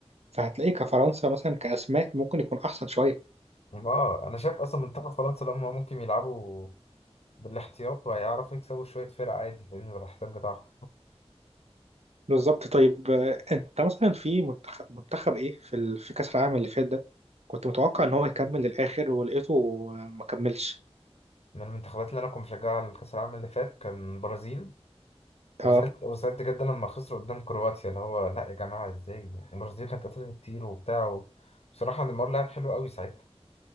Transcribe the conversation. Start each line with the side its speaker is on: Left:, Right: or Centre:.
Right: فهتلاقي كفرنسا مثلا كاسماء ممكن يكون احسن شويه
Left: اه انا شايف اصلا منتخب فرنسا لما ممكن يلعبوا بالاحتياط وهيعرفوا يكسبوا شويه فرق عادي فاهمني بالاحتياط بتاعهم
Right: بالظبط طيب آه، انت مثلا في منتخب منتخب ايه في ال... في كأس العالم اللي فات ده كنت متوقع ان هو يكمل للآخر ولقيته آه، ما كملش
Left: من المنتخبات اللي انا كنت بشجعها على كاس العالم اللي فات كان البرازيل وزعلت
Right: اه
Left: وزعلت جدا لما خسروا قدام كرواتيا اللي هو لا يا جماعه ازاي البرازيل كانت قتلت كتير وبتاع بصراحه نيمار لعب حلو قوي ساعتها